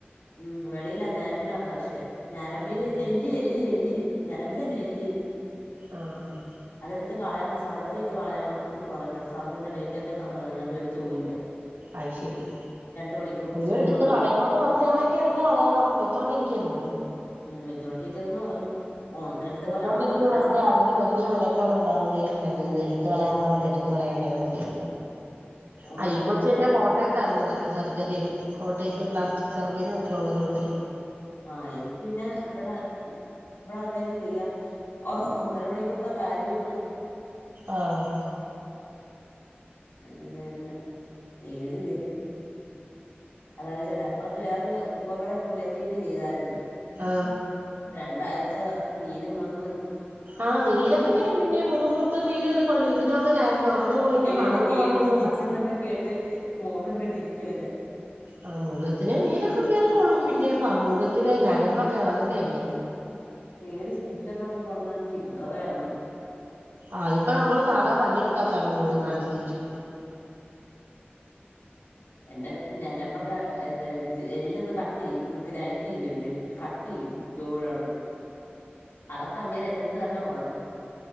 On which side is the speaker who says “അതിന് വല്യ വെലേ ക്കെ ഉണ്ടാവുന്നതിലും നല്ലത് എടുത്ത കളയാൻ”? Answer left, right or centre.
Right